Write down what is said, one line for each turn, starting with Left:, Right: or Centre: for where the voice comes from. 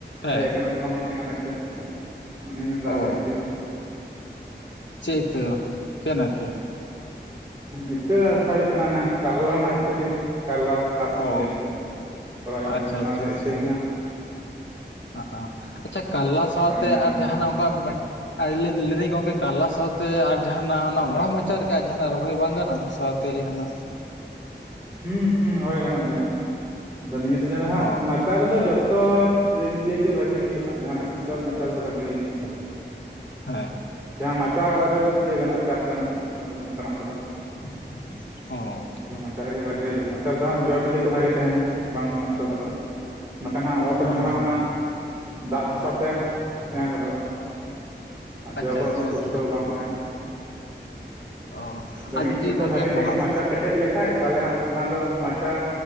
Left: ᱦᱮᱸ
Right: ᱦᱮᱡ ᱟᱠᱟᱱᱟ ᱥᱮ ᱵᱟᱝ? ᱦᱮᱡ ᱟᱠᱟᱱᱟ ᱤᱛᱟᱹ ᱾ ᱚᱱᱤ ᱢᱮᱱᱫᱟ ᱟᱹᱣᱨᱤ
Left: ᱚ
Right: ᱦᱤᱡᱩᱜᱼᱟ ᱾
Left: ᱪᱮᱫ ᱤᱛᱟ? ᱹ ᱪᱮᱫ ᱨᱮᱱᱟᱜ ᱤᱛᱟᱹ?
Right: ᱤᱛᱟᱹ ᱦᱟᱛᱟᱣ ᱦᱩᱭᱩᱜ ᱠᱟᱱᱟ ᱾ ᱚᱱᱮ ᱠᱟᱨᱞᱟ ᱨᱮᱱᱟᱜ ᱤᱛᱟᱹ ᱜᱮ ᱾ ᱠᱟᱨᱞᱟ ᱪᱟᱥ ᱦᱩᱭᱩᱜ
Left: ᱚ
Right: ᱞᱟᱹᱜᱤᱫ, ᱠᱚᱨᱟᱣ ᱦᱩᱭᱩᱜ ᱞᱟᱹᱜᱤᱫᱼᱟ
Left: ᱟᱪᱪᱷᱟ
Right: ᱾ ᱚᱱᱟ
Left: ᱟᱪᱪᱷᱟ
Right: ᱨᱮᱭᱟᱜ
Left: ᱟᱪᱪᱷᱟ
Right: ᱤᱛᱟᱹ ᱜᱮ ᱦᱟᱸᱜ ᱾
Left: <unintelligible> ᱟᱪᱪᱷᱟ, ᱠᱟᱨᱞᱟ ᱥᱟᱶᱛᱮ
Right: ᱵᱟᱝ ᱧᱟᱢ
Left: ᱟᱨ
Right: ᱟᱠᱟᱱᱟ
Left: ᱡᱟᱦᱟᱸ ᱱᱟᱜ ᱚᱱᱠᱟ? ᱟᱨ ᱞᱟᱹᱭ ᱮᱫᱟᱹᱧ ᱜᱚᱝᱠᱮ, ᱠᱟᱨᱞᱟ ᱥᱟᱶᱛᱮ ᱟᱨ ᱡᱟᱦᱟᱱᱟᱜ, ᱚᱱᱟ ᱚᱲᱟᱜ ᱢᱟᱪᱟ ᱨᱮᱜᱮ ᱡᱟᱦᱟᱱᱟᱜ ᱨᱚᱦᱚᱭ ᱵᱟᱝ ᱜᱟᱱᱚᱜᱼᱟ, ᱢᱤᱫ ᱥᱟᱶᱛᱮ ᱾ ᱛᱮ ᱡᱟᱦᱟᱸᱱᱟᱜ?
Right: ᱦᱩᱸ ᱦᱩᱸ, ᱦᱳᱭ ᱜᱟᱱᱚᱜ ᱜᱮᱭᱟ ᱾ ᱟᱫᱚ ᱱᱤᱭᱟᱹ ᱥᱤᱡᱮᱱ ᱨᱮ ᱦᱟᱸᱜ
Left: ᱚ
Right: ᱾ ᱢᱟᱪᱟ ᱨᱮᱫᱚ ᱡᱚᱛᱚ ᱤᱭᱟᱹ ᱜᱮ, ᱵᱷᱟᱜᱤ ᱦᱩᱭᱩᱜᱼᱟ ᱾ ᱡᱟᱦᱟᱱᱟᱜ ᱜᱮᱢ ᱪᱟᱥᱟ, ᱢᱟᱪᱟ ᱨᱮᱫᱚ ᱵᱷᱟᱜᱮ ᱦᱩᱭᱩᱜᱼᱟ ᱾
Left: ᱦᱮᱸ ᱾
Right: ᱡᱟᱦᱟᱸ ᱢᱟᱪᱟ ᱨᱮ ᱤᱭᱟᱹ ᱜᱟᱱᱚᱜᱼᱟ ᱾ᱪᱟᱥ ᱜᱟᱱᱚᱜᱼᱟ ᱚᱱᱠᱟ ᱫᱚ ᱚᱱᱠᱟᱱᱟᱜ ᱠᱚᱫᱚ ᱾
Left: ᱦᱚᱸ ᱾
Right: ᱟᱫᱚ ᱢᱟᱪᱟ ᱨᱮᱜᱮ ᱵᱷᱟᱜᱮ ᱦᱩᱭᱩᱜᱼᱟ ᱢᱟᱪᱟ ᱨᱮ ᱫᱚ ᱦᱟᱸᱜ, ᱡᱚᱼᱵᱤᱞᱤ ᱠᱚ ᱵᱷᱟᱜᱮ ᱛᱟᱦᱮᱱᱟ ᱾ ᱵᱟᱝ ᱱᱚᱥᱴᱚ ᱜᱚᱫᱚᱜᱼᱟ ᱾ ᱵᱟᱠᱷᱟᱱ ᱦᱟᱸᱜ, ᱚᱛ
Left: ᱦᱩᱸ
Right: ᱨᱮᱢᱟ ᱦᱟᱸᱜ, ᱚᱱᱟ ᱫᱟᱜ ᱦᱟᱥᱟ ᱛᱮ ᱥᱮᱬᱟ ᱜᱚᱫᱚᱜᱼᱟ ᱾ ᱟᱨ
Left: ᱟᱪᱪᱷᱟ
Right: ᱡᱚ ᱠᱚᱦᱚᱸ
Left: ᱟᱪᱪᱷᱟ
Right: ᱩᱱᱟᱹᱜ, ᱯᱩᱥᱴᱚᱣ
Left: ᱟᱪᱪᱷᱟ
Right: ᱵᱟᱝ ᱛᱟᱦᱮᱱᱟ?
Left: ᱚ
Right: ᱟᱫᱚ,
Left: ᱟᱨ
Right: ᱢᱤᱫ
Left: ᱡᱩᱫᱤ
Right: ᱵᱚᱪᱷᱚᱨ,
Left: ᱜᱚᱝᱠᱮ
Right: ᱵᱷᱟᱜᱤ
Left: ᱦᱮᱸ
Right: ᱴᱷᱤᱠᱮᱢ, ᱢᱟᱪᱟ ᱠᱮᱴᱮᱡ ᱞᱮᱠᱷᱟᱡ, ᱛᱟᱦᱚᱞᱮ ᱦᱟᱸᱜ, ᱚᱱᱟ ᱫᱚ ᱢᱟᱪᱟ